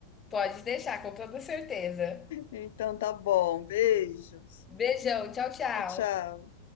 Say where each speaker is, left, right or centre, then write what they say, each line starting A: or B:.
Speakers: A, on the left (about 20°); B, on the left (about 55°).
A: Pode deixar, com toda certeza.
B: Então tá bom, beijos.
A: Beijão, tchau, tchau.
B: Tchau, tchau.